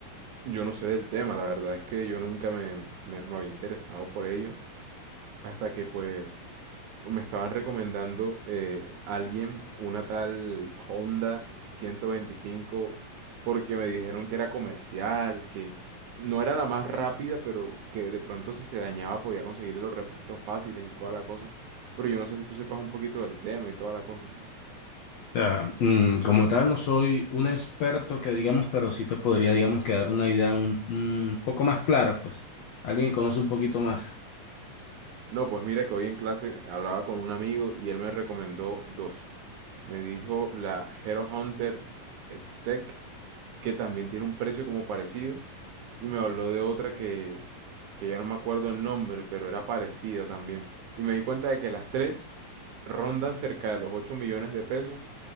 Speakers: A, on the right; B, on the left.
A: yo no sé del tema, la verdad es que yo nunca me, me- me había interesado por ello. Hasta que pues me estaban recomendando eh, alguien, una tal Honda 125, porque me dijeron que era comercial, que no era la más rápida, pero que de pronto si se dañaba podía conseguirle los repuestos fáciles y toda la cosa. Pero yo no sé si tú sepas un poquito del tema y toda la cosa.
B: O sea, mm, como tal, no soy un experto que digamos, pero sí te podría, digamos, quedar una idea un, un poco más clara, pues. Alguien que conoce un poquito más.
A: No, pues mira que hoy en clase hablaba con un amigo y él me recomendó dos. Me dijo la Hero Hunter Stack, que también tiene un precio como parecido, y me habló de otra que, que ya no me acuerdo el nombre, pero era parecida también. Y me di cuenta de que las tres rondan cerca de los 8 millones de pesos.